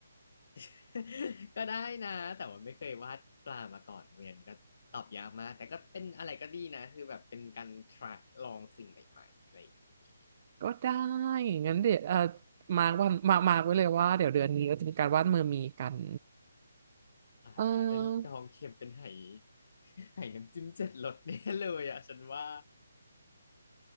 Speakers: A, on the left; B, on the right.
A: <laughs> ก็ได้นะแต่ว่าไม่เคยวาดปลามาก่อนเรียนก็ตอบยากมากแต่ก็เป็นอะไรก็ดีนะคือแบบเป็นการ try ลองสิ่งใหม่ๆอะไรอย่างนี้
B: ก็ได้งั้นเดี๋ยวเออมาร์กวันมามาร์กไว้เลยว่าเดี๋ยวเดือนนี้เราจะมีการวาดเมือเมกัน
A: ตายแล้วได้ดองเค็มเป็นไห
B: เออ
A: <laughs> ไหน้ำจิ้มเจ็ดรสแน่เลยอ่ะฉันว่า